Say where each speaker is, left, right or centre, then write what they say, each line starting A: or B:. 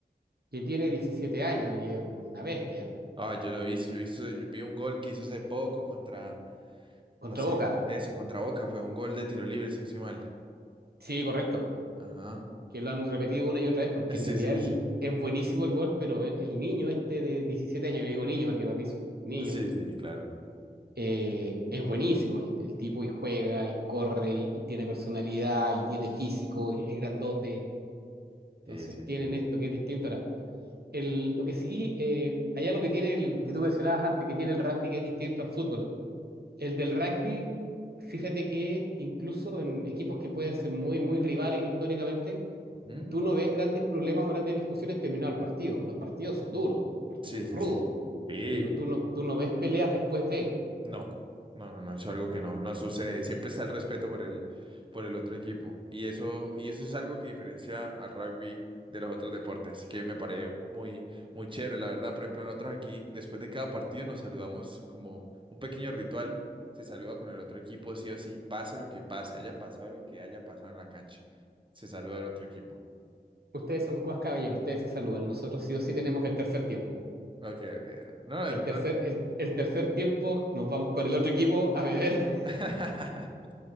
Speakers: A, on the right; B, on the right.
A: que tiene 17 años y es una bestia.
B: Ah, yo lo he visto, yo he visto, yo vi un gol que hizo hace poco contra,
A: Contra
B: no sé,
A: Boca.
B: eso, contra Boca, fue un gol de tiro libre, si no estoy mal.
A: Sí, correcto.
B: Ajá.
A: Que lo han repetido una y otra vez
B: <laughs>
A: porque
B: Sí,
A: en realidad
B: sí,
A: el-
B: sí.
A: es buenísimo el gol, pero el, el niño este de 17 años, yo le digo niño porque para mí es un niño,
B: Sí, sí, claro.
A: eh, es buenísimo el, el tipo y juega y corre y, y tiene personalidad y tiene físico, y es grandote. Entonces
B: Sí, sí,
A: tienen
B: sí.
A: esto que es distinto. Ahora, el, lo que sí, eh, allá lo que tiene el que tú mencionabas antes, que tiene el rugby que es distinto al fútbol. El del rugby, fíjate que incluso en equipos que pueden ser muy, muy rivales históricamente,
B: Ujú.
A: tú no ves grandes problemas o grandes discusiones terminado el partido. Los partidos son duros, los partidos
B: Sí,
A: son
B: sí,
A: rudos,
B: sí. Sí.
A: pero tú no, tú no ves peleas después de.
B: No, no, no, no, es algo que no, no sucede. Siempre está el respeto por el, por el otro equipo. Y eso, y eso es algo que diferencia al rugby de los otros deportes, que me parece muy, muy chévere. La verdad, por ejemplo, nosotros aquí, después de cada partido, nos saludamos como un pequeño ritual. Se saluda con el otro equipo, sí o sí, pase lo que pase, haya pasado lo que haya pasado en la cancha. Se saluda al otro equipo.
A: Ustedes son cuas caballeros, ustedes se saludan. Nosotros sí o sí tenemos el tercer tiempo.
B: Ok, ok. No,
A: El
B: no.
A: tercer, el, el tercer tiempo nos vamos con el otro equipo a beber, <laughs>
B: <laughs>